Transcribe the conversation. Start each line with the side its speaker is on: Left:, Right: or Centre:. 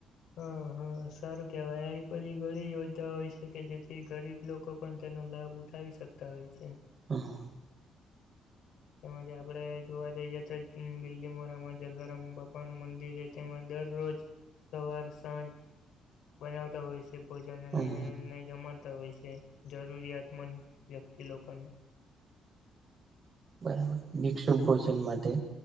Left: હા હા, સારું કહેવાય. આ બધી ઘણી યોજના હોય છે, કે જેથી ગરીબ લોકો પણ તેનો લાભ ઉઠાવી શકતા હોય છે.
Right: હા.
Left: તેમજ આપડે જોવા જઈએ તો, બીલીમોરામાં જલારામ બાપાનું મંદિર, તેમાં દરરોજ સવાર સાંજ બનાવતા હોય છે. તે ભોજન, અને
Right: હમ
Left: એમને જમતા હોય છે, જરૂરિયાતમંદ વ્યક્તિ લોકોને
Right: બરાબર, ભિક્ષુભ ભોજન માટે